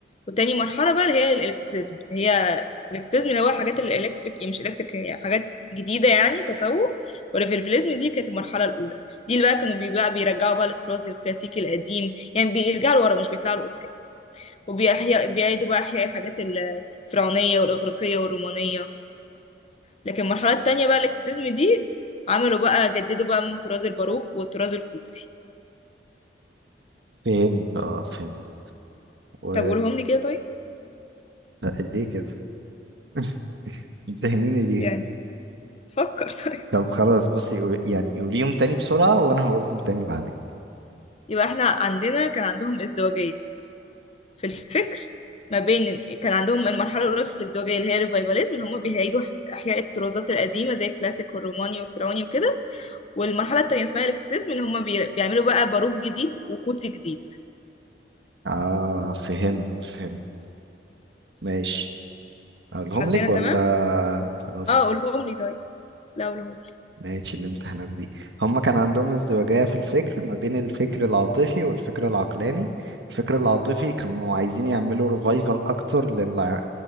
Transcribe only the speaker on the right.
فهمت اه فهمت و
لا، ليه كده <laughs> بتهنيني ليه
طب خلاص بصي قول- يعني قوليهم تاني بسرعة وانا هقولهم تاني بعدك
اه فهمت فهمت ماشي هقولهم
لك
ولا
خلاص
ماشي الامتحانات دي هما كان عندهم ازدواجية في الفكر ما بين الفكر العاطفي والفكر العقلاني الفكر العاطفي كانوا عايزين يعملوا ريفايفل اكتر لل